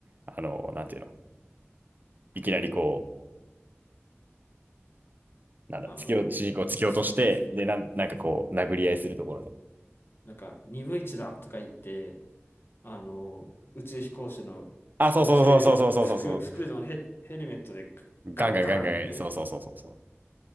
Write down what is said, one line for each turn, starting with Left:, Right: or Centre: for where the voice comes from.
Right: あの、なんていうのいきなりこう、なんだ、
Left: あの、
Right: 突き落と、主人公を突き落として、
Left: そ、
Right: で、なん、なんかこう、殴り合いするところね。
Left: なんか、2分1だとか言って、あの、宇宙飛行士のし宇宙服、
Right: あ、そうそうそうそうそうそうそうそ
Left: 服のヘ、ヘルメットでガンガンって
Right: う。ガンガンガンガン、そうそうそうそうそう。